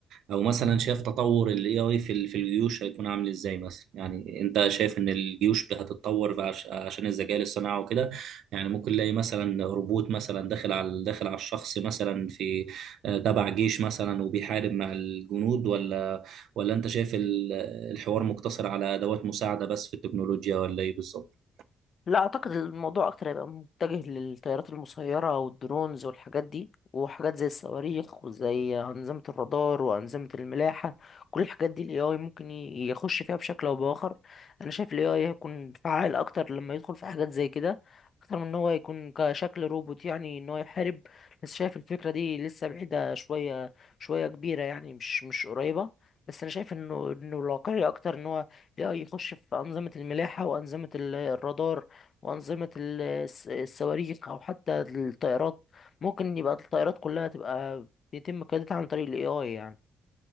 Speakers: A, on the right (about 75°); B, on the left (about 50°).
A: او مثلا شايف تطور الاي اي في ال... في الجيوش هيكون عامل ازاي مثلا يعني انت شايف ان الجيوش هتتطور بعش... عشان الذكاء الاصطناعي وكده يعني ممكن نلاقي مثلا روبوت مثلا داخل على داخل على الشخص مثلا في آه، تبع جيش مثلا وبيحارب مع الجنود ولا ولا انت شايف ال... الحوار مقتصر على ادوات مساعده بس في التكنولوجيا ولا ايه بالظبط
B: لا اعتقد الموضوع اكتر هيبقى متجه للطيارات المسيره والدرونز والحاجات دي وحاجات زي الصواريخ وزي انظمه الرادار وانظمه الملاحه كل الحاجات دي الاي اي ممكن ي- يخش فيها بشكل او باخر انا شايف الاي اي هيكون فعال اكتر لما يدخل في حاجات زي كده اكتر من ان هو يكون كشكل روبوت يعني ان هو يحارب بس شايف الفكره دي لسه بعيده شويه شويه كبيره يعني مش مش قريبه بس انا شايف انه انه الواقعي اكتر ان هو الاي اي يخش في انظمه الملاحه وانظمه ال- الرادار وأنظمة ال- الس- الصواريخ أو حتى الطائرات ممكن يبقى الطائرات كلها تبقى بيتم قيادتها عن طريق ال AI يعني